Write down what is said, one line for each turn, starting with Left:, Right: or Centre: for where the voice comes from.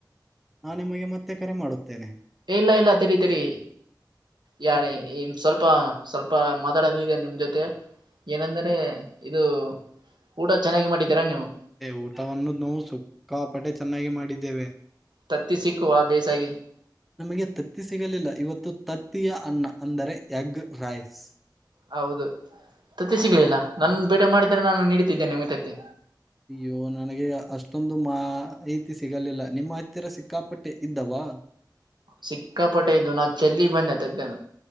Centre: ನಾನು ನಿಮಗೆ ಮತ್ತೆ ಕರೆ ಮಾಡುತ್ತೇನೆ.
Right: ಇಲ್ಲ ಇಲ್ಲ ತಿರಿ ತಿರಿ ಯಾಣಿ.
Centre: ಯಾಕೆ
Right: ಸ್ವಲ್ಪ ಸ್ವಲ್ಪ ಮಾತಾಡದು ಇದೆ ನಿಮ್ಮ ಜೊತೆ ಏನೆಂದರೆ ಇದು. ಊಟ ಚೆನ್ನಾಗಿ ಮಾಡಿದ್ದೀರಾ ನೀವು.
Centre: ಊಟವನ್ನು ನಾವು ಸಿಕ್ಕಾಪಟ್ಟೆ ಚೆನ್ನಾಗಿ ಮಾಡಿದ್ದೇವೆ.
Right: ತತ್ತಿ ಸಿಕ್ಕುವ ಬೇಸಾಗಿ.
Centre: ನಿಮಗೆ ತತ್ತಿ ಸಿಗಲಿಲ್ಲ ಇವತ್ತು ತತ್ತಿಯ ಅನ್ನ ಅಂದರೆ ಎಗ್ ರೈಸ್.
Right: ಹೌದು ತತ್ತಿ ಸಿಗ್ಲಿಲ್ಲ ನನ್ನು ಬೇಟೆ ಮಾಡ್ತಿರ ನಾನು ನೀಡುತ್ತಿದ್ದೇನೆ ನಿಮ್ಗೆ ತತ್ತಿ.
Centre: ಅಯ್ಯೋ ನನಗೆ ಅಷ್ಟೊಂದು ಮಾಹಿತಿ ಸಿಗಲಿಲ್ಲ ನಿಮ್ಮ ಹತ್ತಿರ ಸಿಕ್ಕಾಪಟ್ಟೆ ಇದ್ದವಾ.
Right: ಸಿಕ್ಕಾಪಟ್ಟೆ ಇದ್ದುನಾ ಚೆಲ್ಲಿ ಬಂದೇತತ್ತಿನಾ.